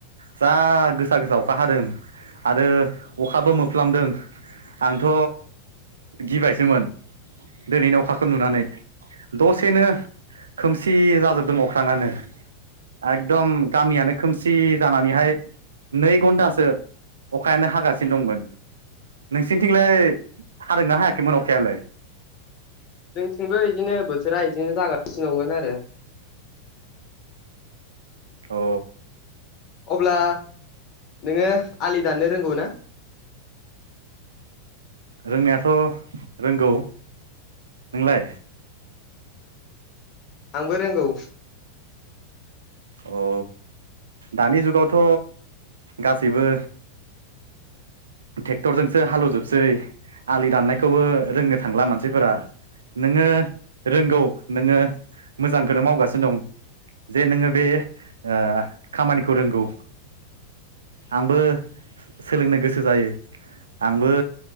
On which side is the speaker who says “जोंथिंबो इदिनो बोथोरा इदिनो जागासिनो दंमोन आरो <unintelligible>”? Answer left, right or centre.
Left